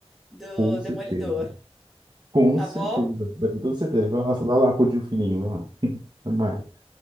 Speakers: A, in the centre; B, on the right.
A: do
B: com certeza.
A: Demolidor,
B: Com
A: tá
B: certeza.
A: bom?
B: Vai ter toda certeza. Vai lá, vai lá acudir o filhinho, vai lá. Vai lá.